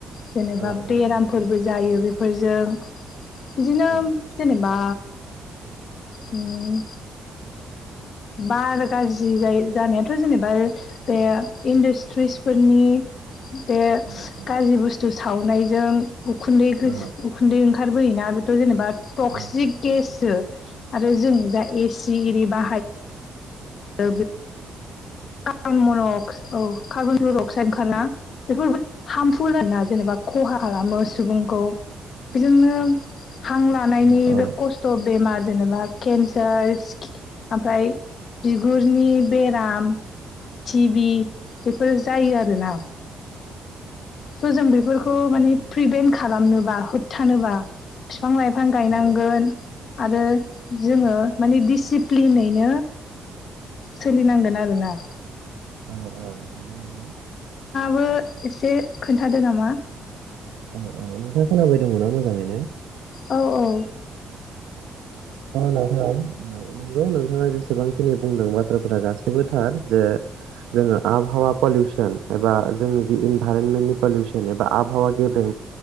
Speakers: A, on the left; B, on the right.
A: जेनेबा
B: औ
A: बेरामफोरबो
B: औ नंगौ
A: जायो बे फोरजों बिदिनो
B: औ
A: जेनेबा उम बार गाज्रि जायो
B: औ
A: जानायाथ' जेनेबा बे इन्डासट्रिसफोरनि बे
B: औ औ
A: गाज्रि बुस्थु सावनायजों उखुन्दै
B: औ
A: उखुन्दै ओं खारबोयोना बेथ' जेनेबा टक्सिक
B: औ
A: गेससो आरो जों जा एसि एरि बा <inaudible> औ कारबनडाइ अक्साइड ओंखारला बेफोर होनना जेनेबा खहा खालामो सुबुंखौ बेयो। हां लानायनि
B: औ औ
A: बे खस्थ' बेमार जेनेबा केन्सार स्कि- ओमफ्राय बिगुरनि बेराम टिभि बेफोर जायो आरोना। स' जों बेफोरखौ
B: जायो नोंथां
A: माने
B: जायो
A: प्रिभेन्ट खालामनोबा होबथानोबा बिफां लाइफां गायनांगोन
B: औ
A: आरो जोङो माने दिसिप्लिनैनो सोलिनांगोन आरोना
B: औ औ।
A: बो एसे खोन्थादो नामा
B: अ अ नोंथाङा खोनाबाय दङना मोजाङैनो
A: औ औ।
B: नोंथां नंगौ नोंथाङा जेसेबांखिनि बुंदों बाथ्राफोरा गासैबो थार जे जोङो आबहावा पलिउसन एबा जोंनि जि इनभाइरनमेन्टनि पलिउसन एबा आबहावा गेब्रे